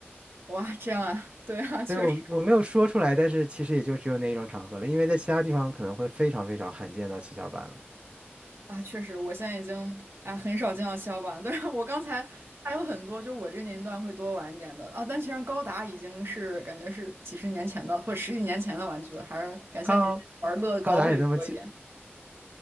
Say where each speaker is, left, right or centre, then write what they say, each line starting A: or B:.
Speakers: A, on the right; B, on the right.
A: 哇，这样啊，对啊，确实
B: 对，我我没有说出来，但是其实也就只有那一种场合了，因为在其他地方可能会非常非常罕见到七巧板了。
A: 啊，确实，我现在已经啊很少见到七巧板了，但是我刚才还有很多，就是我这个年龄段会多玩一点的啊，但其实高达已经是感觉是几十年前的或者十几年前的玩具了，还是感谢你玩乐高会多一点。
B: 高高达也那么近，